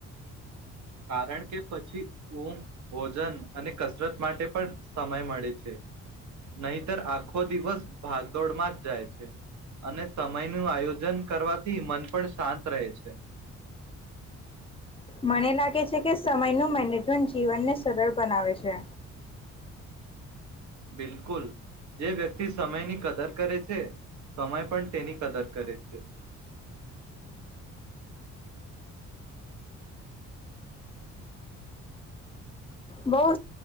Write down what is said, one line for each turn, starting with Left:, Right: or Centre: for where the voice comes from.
Right: કારણ કે પછી ઊંઘ ભોજન અને કસરત માટે પણ સમય મળે છે નહીતર આખો દિવસ ભાગદોડમાં જ જાય છે અને સમયનું આયોજન કરવાથી મન પણ શાંત રહે છે
Left: મને લાગે છે કે સમયનું મેનેજમેન્ટ જીવનને સરળ બનાવે છે
Right: બિલકુલ જે વ્યક્તિ સમયની કદર કરે છે સમય પણ તેની કદર કરે છે
Left: બહ